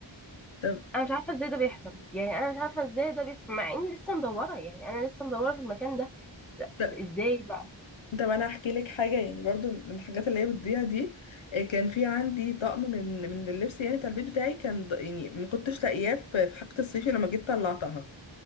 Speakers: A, on the left; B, in the centre.
A: طب
B: انا مش عارفه ازاي ده بيحصل يعني انا مش عارفه ازاي ده بيحصل مع اني لسه مدوره يعني انا لسه مدوره في المكان ده ده-
A: طب
B: ازاي بقى
A: طب انا هحكي لك حاجه يعني برضو من الحاجات اللي هي بتضيع دي آه، كان في عندي طقم من من اللبس يعني بتاع البيت بتاعي كان ض- يعني ما كنتش لاقياه في في حاجه الصيفي لما جيت طلعتها